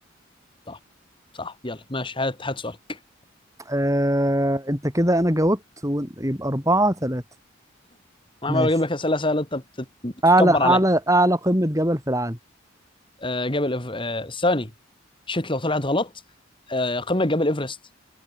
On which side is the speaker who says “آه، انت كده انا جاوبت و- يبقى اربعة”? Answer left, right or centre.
Right